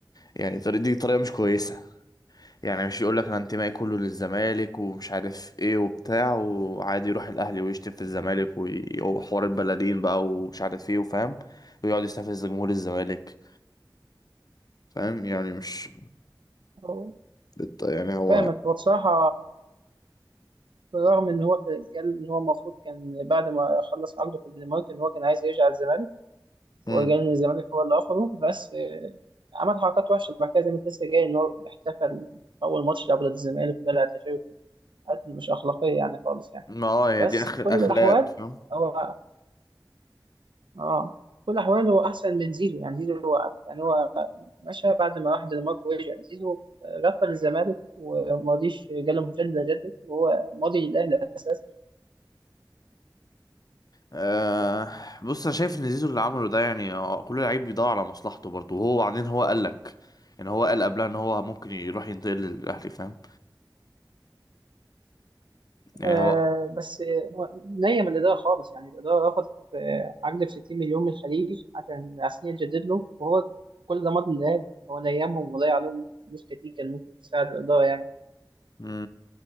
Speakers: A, on the left (about 50°); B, on the right (about 80°).
A: يعني طريق- دي طريقه مش كويسه يعني مش يقول لك انا انتمائي كله للزمالك ومش عارف ايه وبتاع وعادي يروح الاهلي ويشتم في الزمالك وي- وحوار البلدين بقى ومش عارف ايه وفاهم ويقعد يستفز جمهور الزمالك فاهم يعني مش
B: هو-
A: الت- يعني هو
B: فاهمك هو بصراحه بالرغم ان هو في- قال ان هو المفروض كان بعد ما خلص عقده في الدنمارك ان هو كان عايز يرجع الزمالك وجاي
A: مم.
B: الزمالك هو اللي رفضه بس آه، عمل حركات وحشة بعد كده زي ما انت لسه جاي إن هو احتفل أول ماتش لعبه ضد الزمالك وقلع تيشيرت حاجات مش أخلاقية يعني خالص يعني
A: ما اه هي
B: بس
A: دي اخر
B: في كل
A: اخلاق
B: الأحوال
A: فاهم
B: هو آه في كل الأحوال هو أحسن من زيزو يعني زيزو هو يعني هو مشى بعد ما راح دنمارك ورجع زيزو آه، غفل الزمالك وما رضيش جاله مجدد ده جدد وهو ماضي للأهلي أساسا
A: آه بص انا شايف ان زيزو اللي عمله ده يعني آه، كل لعيب بيدور على مصلحته برضه وهو بعدين هو قال لك يعني هو قال قبلها ان هو ممكن يروح ينتقل للاهلي فاهم يعني
B: آه، بس هو نيم الإدارة خالص يعني الإدارة رفضت آه، عقد ب 60 مليون من الخليج عشان عشان يتجدد له وهو كل ده ماضي للهلال هو نيمهم وضيع عليهم فلوس كتير كان ممكن تساعد الإدارة يعني
A: هو